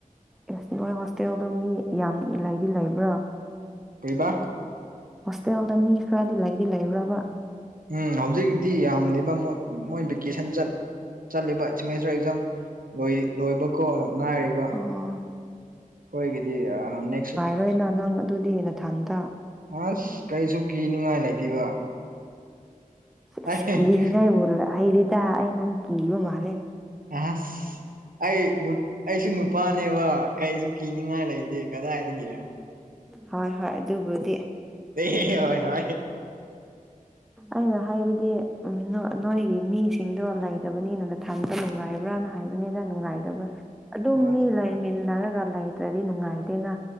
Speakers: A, in the centre; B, on the right.
A: ꯑꯦꯁ ꯅꯣꯏ ꯍꯣꯁꯇꯦꯜꯗꯣ ꯃꯤ ꯌꯥꯝ ꯂꯩꯥꯗꯤ ꯂꯩꯕ꯭ꯔ‌ꯣ
B: ꯀꯩꯕꯥ
A: ꯍꯣꯁꯇꯦꯜꯗ ꯃꯤ ꯈꯔꯗꯤ ꯂꯩꯗꯤ ꯂꯩꯕ꯭ꯔꯕ
B: ꯎꯝ ꯍꯧꯖꯤꯛꯇꯤ ꯌꯥꯝꯗ‌ꯦꯕ ꯃ‌ꯣꯏ ꯃꯣꯏ ꯚꯦꯀꯦꯁꯟ ꯆꯠ ꯆꯠꯂꯤꯕ ꯁ‌ꯦꯃꯦꯁꯇꯔ ꯑꯦꯛꯖꯥꯝ ꯂꯣꯏ ꯂꯣꯏꯕꯀꯣ ꯉꯥꯏꯔꯤꯕ ꯑꯩꯈꯣꯏꯒꯤꯗꯤ
A: ꯑꯣ
B: ꯑꯥ ꯅꯦꯛꯁ
A: ꯂ‌ꯣꯏꯅ ꯅꯪ ꯑꯗꯨꯗꯤ ꯅꯊꯥꯟꯇ
B: ꯑꯁ ꯀꯩꯁꯨ ꯀꯤꯅꯤꯡꯉꯥꯏ ꯂꯩꯇꯦꯕ
A: ꯑꯁ
B: ꯑꯩ
A: ꯀꯤꯅꯤꯉꯥꯏꯕꯨ ꯂ ꯍꯩꯔꯦꯗ ꯑꯩ ꯅꯪ ꯀꯤꯕ ꯃꯥꯜꯂꯦ
B: ꯑꯍꯁ ꯑꯩ ꯑꯩꯁꯨ ꯅꯨꯄꯥꯅꯦꯕ ꯀꯩꯁꯨ ꯀꯤꯅꯤꯉꯏ ꯂꯩꯗꯤ ꯀꯗꯥꯏꯗꯒꯤ
A: ꯍꯣꯏ ꯍꯣꯏ ꯑꯗꯨꯕꯨꯗꯤ
B: ꯑꯦ ꯍꯣꯏ ꯍꯣꯏ
A: ꯑꯩꯅ ꯍꯥꯏꯕꯗꯤ ꯅꯣꯏꯒꯤ ꯃꯤꯁꯤꯡꯗꯣ ꯂꯩꯇꯕꯅꯤꯅ ꯁꯟꯇ ꯅꯨꯡꯉꯥꯏꯕ꯭ꯔꯥꯅ ꯍꯥꯏꯕꯅꯤꯗ ꯅꯨꯡꯉꯥꯏꯗꯕ꯭ꯔꯥ ꯑꯗꯨꯝ
B: ꯑꯁ
A: ꯃꯤ ꯂꯩꯃꯤꯟꯅꯔꯒ ꯂꯩꯇ꯭ꯔꯗꯤ ꯅꯨꯡꯉꯥꯏꯇꯦꯅ